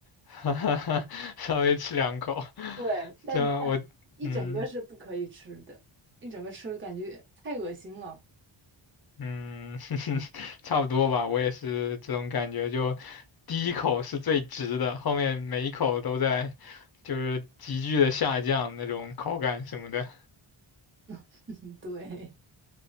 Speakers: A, on the left (about 50°); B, on the right (about 25°).
A: <laughs> 稍微吃两口，<laughs>
B: 对，但但一整个是不可以吃的，
A: 这我嗯。
B: 一整个吃感觉太恶心了。
A: 嗯，<laughs> 差不多吧，我也是这种感觉，就第一口是最值的，后面每一口都在就是急剧的下降那种口感什么的，
B: <laughs> 对，